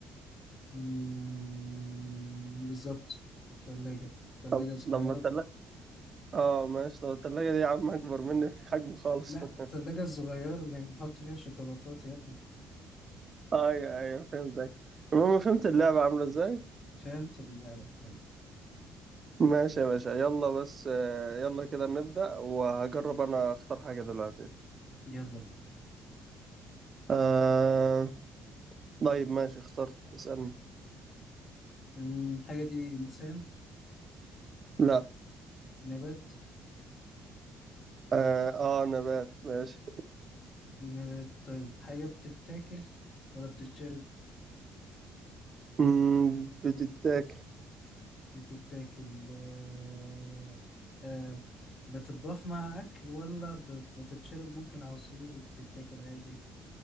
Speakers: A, on the left; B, on the right.
A: مم، بالظبط تلاجة تلاجة
B: طب
A: صغيرة
B: لما التلاجة اه ماشي طب التلاجة دي يا عم أكبر مني في الحجم خالص
A: لا
B: <laughs>
A: التلاجة الصغيرة اللي بنحط فيها شوكولاتات يا ابني
B: ايوه ايوه فهمتك المهم فهمت اللعبة عاملة ازاي
A: فهمت اللعبة تمام
B: ماشي يا باشا يلا بس آه، يلا كده نبدأ وهجرب انا اختار حاجة دلوقتي
A: يلا بينا
B: آه... طيب ماشي اخترت اسألني
A: مم، الحاجة دي إنسان
B: لا
A: نبات
B: اه, آه نبات ماشي
A: نبات طيب حاجة بتتاكل ولا بتتشرب
B: مم، بتتاكل
A: بتتاكل آه... آه... بتتضاف مع أكل ولا بت- بتتشرب ممكن عصير وبتتاكل عادي